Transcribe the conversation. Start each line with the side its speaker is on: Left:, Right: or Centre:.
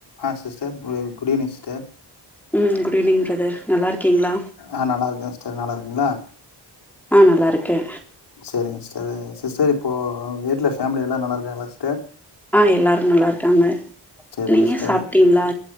Left: அ sister குடீவ் good evening sister
Centre: ம் good evening brother நல்லா இருக்கீங்ளா
Left: அ நல்லா இருக்க சிஸ்டர் நல்லா ருக்கீங்ளா
Centre: அ நல்லாருக்கே
Left: சேரிங் சிஸ்டர் சிஸ்டர் இப்போ வீட்ல ஃபேமிலியெல்லா நல்லாருக்காங்ளா சிஸ்டர்
Centre: ஆ எல்லாரு நல்லாருக்காங்க
Left: சரிங்க
Centre: நீங்க
Left: சிஸ்டர்
Centre: சாப்ட்டீங்ளா